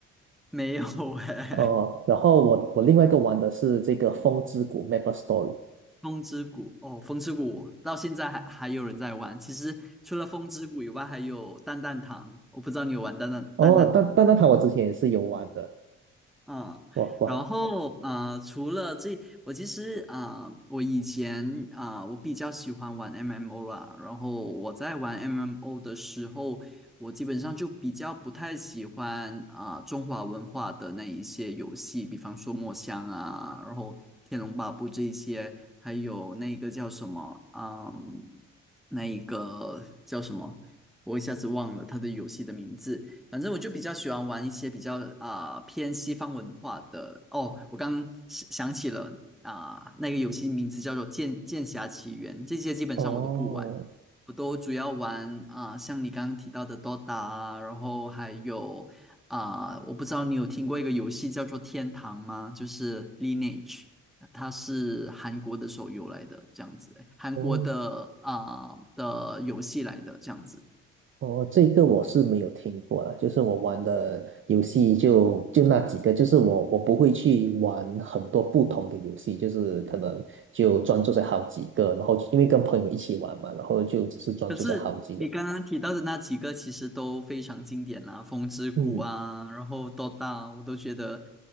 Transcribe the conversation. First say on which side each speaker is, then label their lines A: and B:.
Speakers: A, in the centre; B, on the right.
A: 没有 <laughs> 哎、
B: 呃，然后我我另外一个玩的是这个风之谷 m a p e Story。
A: 风之谷》哦，《风之谷》到现在还还有人在玩。其实除了《风之谷》以外，还有《蛋蛋堂》，我不知道你有玩蛋蛋蛋蛋堂吗？
B: 哦，但但那它我之前也是有玩的，
A: 嗯，
B: 哇哇，
A: 然后啊、呃除了这，我其实啊、呃我以前啊、呃我比较喜欢玩 MMO 啦。然后我在玩 MMO 的时候，我基本上就比较不太喜欢啊、呃中华文化的那一些游戏，比方说墨香啊，然后天龙八部这一些，还有那个叫什么，嗯，那一个叫什么，我一下子忘了它的游戏的名字。反正我就比较喜欢玩一些比较啊、偏西方文化的。哦，我刚想想起了啊、那个游戏名字叫做剑《剑侠奇缘》，这些基本上我都不玩，
B: 哦
A: 我都主要玩啊、像你刚刚提到的 Dota 啊，然后还有啊、我不知道你有听过一个游戏叫做《天堂》吗？就是 Lineage。它是韩国的手游来的，这样子，韩国的啊、
B: 哦，
A: 的游戏来的，这样子。
B: 哦，这个我是没有听过的，就是我玩的游戏就就那几个，就是我我不会去玩很多不同的游戏，就是可能就专注在好几个，然后因为跟朋友一起玩嘛，然后就只是专注在好几个。
A: 可是你刚刚提到的那几个其实都非常经典啦，《风之谷》啊，
B: 嗯
A: 然后《d 大》，我都觉得